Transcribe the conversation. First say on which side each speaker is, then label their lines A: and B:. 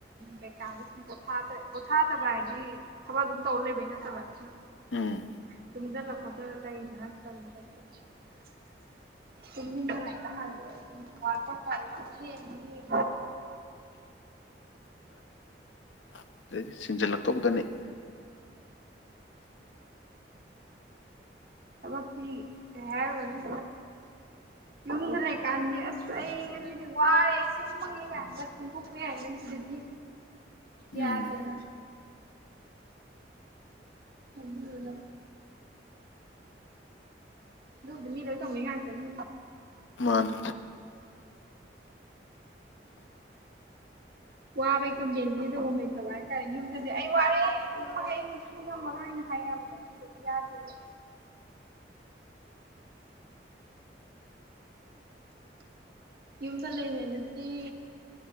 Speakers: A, on the right; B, on the left.
A: ꯀꯩꯀꯥꯗ ꯁꯨꯝ ꯄꯣ ꯄꯣꯊꯥꯗꯕ ꯍꯥꯏꯗꯤ ꯊꯕꯛ ꯑꯗꯨꯝ ꯇꯧꯔ ꯂꯩꯕꯩ ꯅꯠꯇꯕ ꯁꯨꯝ
B: ꯎꯝ
A: <unintelligible>
B: ꯁꯤꯗꯩꯗꯤ ꯁꯤꯟꯖꯜꯂꯛꯇꯧꯗꯅꯤ
A: ꯊꯕꯛꯇꯤ ꯀꯩ ꯍꯥꯏꯔꯨꯔꯅꯤ ꯌꯨꯝꯗ ꯂꯩꯀꯥꯟꯗꯤ ꯑꯁ ꯑꯩ ꯉꯁꯤꯗꯤ ꯋꯥꯔꯦ ꯑꯩ ꯁꯨꯝꯃꯒꯦ ꯀꯥꯏ ꯍꯥꯏꯒꯨꯝꯗꯣꯛꯄꯦ ꯍꯥꯏꯅ ꯁꯤꯗꯗꯤ ꯌꯥꯗꯦꯅ
B: ꯎꯝ
A: ꯑꯗꯨꯗꯨꯒ ꯗꯨ ꯃꯤ ꯂꯩ ꯊꯧꯅꯩ ꯉꯥꯛꯇꯥꯅꯤ
B: ꯃꯅꯦ
A: ꯋꯥꯕ ꯑꯩ ꯀꯝꯄ꯭ꯂꯦꯟꯅꯤꯗꯤ ꯇ ꯂꯩꯇꯕ ꯍꯥꯏꯇꯥꯔꯦ ꯌꯨꯝꯗꯗꯤ ꯑꯩ ꯋꯥꯔꯦ ꯍꯌꯦꯤ ꯉꯝ ꯃꯔꯣꯏꯅ ꯍꯥꯏꯕꯗꯗꯤ ꯌꯥꯗꯦꯕ ꯌꯨꯝꯗ ꯂꯩꯉꯩ ꯑꯗꯨꯗꯤ